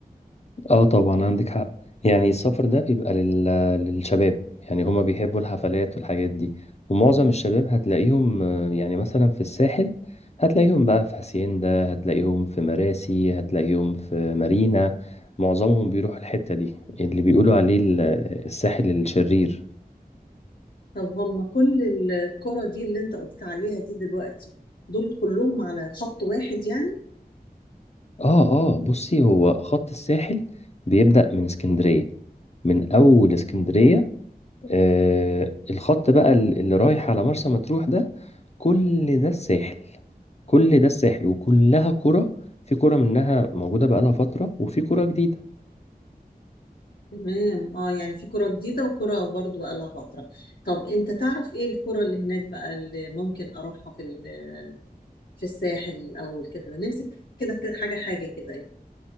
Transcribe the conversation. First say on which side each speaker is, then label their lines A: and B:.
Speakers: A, on the left; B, on the left.
A: اه طبعا عندك حق يعني السفر ده بيبقى لل... للشباب يعني هما بيحبوا الحفلات والحاجات دي ومعظم الشباب هتلاقيهم آه، يعني مثلا في الساحل هتلاقيهم بقى في هاسيندا هتلاقيهم في مراسي هتلاقيهم في مارينا معظمهم بيروحوا الحتة دي اللي بيقولوا عليه ال- الساحل الشرير
B: طب هم كل الكرة دي اللي انت قلت عليها دي دلوقتي دول كلهم على خط واحد يعني
A: اه اه بصي هو خط الساحل بيبدأ من اسكندرية من أول اسكندرية آه الخط بقى اللي رايح على مرسى مطروح ده كل ده الساحل كل ده الساحل وكلها كرة في كرة منها موجودة بقالها فترة وفي كرة جديدة
B: تمام اه يعني في كرة جديدة وكرة برضو بقالها فترة طب انت تعرف ايه الكرة اللي هناك بقى اللي ممكن اروحها في ال- في الساحل الاول كده نمسك كده كده حاجة حاجة كده يعني.